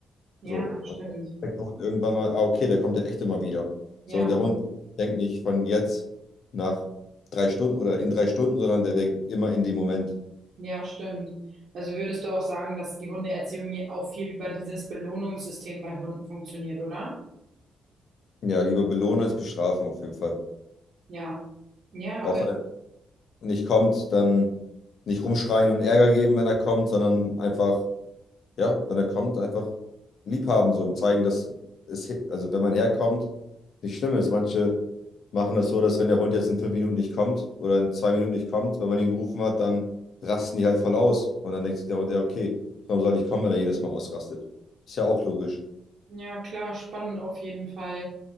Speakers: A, on the right; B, on the left.
A: Ja,
B: So,
A: stimmt.
B: und dann merkt der Hund irgendwann mal, ah, okay, der kommt ja echt immer wieder.
A: Ja,
B: So, und der Hund denkt nicht von jetzt nach drei Stunden oder in drei Stunden, sondern der denkt immer in dem Moment.
A: ja, stimmt. Also würdest du auch sagen, dass die Hundeerziehung je- auch viel über dieses Belohnungssystem bei Hunden funktioniert, oder?
B: Ja, lieber belohnen als bestrafen auf jeden Fall.
A: Ja. Ja,
B: Auch wenn er nicht kommt, dann nicht rumschreien und Ärger geben, wenn er kommt, sondern einfach Ja, wenn er kommt, einfach lieb haben, so und zeigen, dass es, he- also wenn man herkommt, nicht schlimm ist. Manche machen das so, dass wenn der Hund jetzt in fünf Minuten nicht kommt oder in zwei Minuten nicht kommt, wenn man ihn gerufen hat, dann rasten die halt voll aus. Und dann denkt sich der Hund, ja, okay, warum soll ich kommen, wenn er jedes Mal ausrastet? Ist ja auch logisch.
A: Ja, klar, spannend auf jeden Fall.